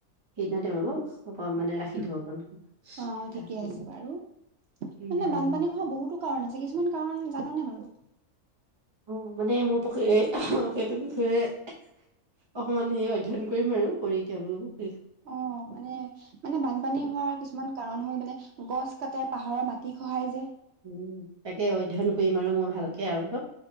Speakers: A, on the right; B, on the right.
A: সেইদিনা তেওঁলোকক অ মানে ৰাখি থব পাৰো।
B: অ
A: তাত
B: ঠিকে আছে বাৰু,
A: উম,
B: মানে
A: হয়,
B: বানপানী
A: হয়।
B: হোৱা বহুতো কাৰণ আছে কিছুমান। কাৰণ জানোনে বাৰু?
A: অ মানে মোৰ পখী সেইটো বিষয়ে। অকমান হেৰি অধ্যয়ন কৰিম আৰু কৰি তেওঁলোকক।
B: অ মানে মানে বানপানী হোৱাৰ কিছুমান কাৰণ হ'ল মানে গছ কাটে পাহ। ঘৰৰ মাটি খহাই যে।
A: উম তাকে অধ্যয়ন কৰিম আৰু মই ভালকে আৰু ন।